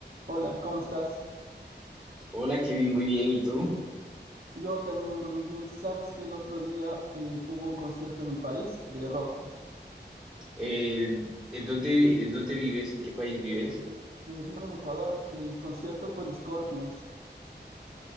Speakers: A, on the right; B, in the centre.
A: Hola, ¿cómo estás?
B: Hola Kevin, muy bien. ¿Y tú?
A: Yo también ando muy bien. Sabes que el otro día eh, hubo un concierto en mi país de rock.
B: Eh, ¿en dónde, en dónde vives? ¿En qué país vives?
A: Eh, vivo en Ecuador. El concierto fue de Scorpions.